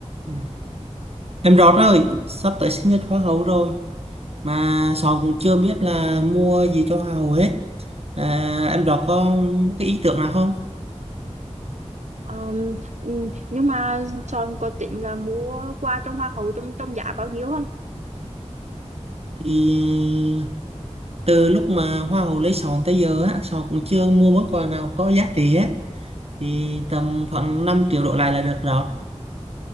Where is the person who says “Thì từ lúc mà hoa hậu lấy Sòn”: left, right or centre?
Right